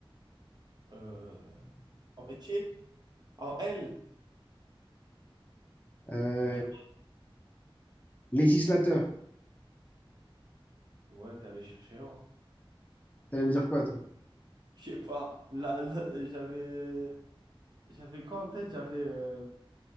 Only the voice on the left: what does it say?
Euh,
législateur.
T'allais me dire quoi, toi?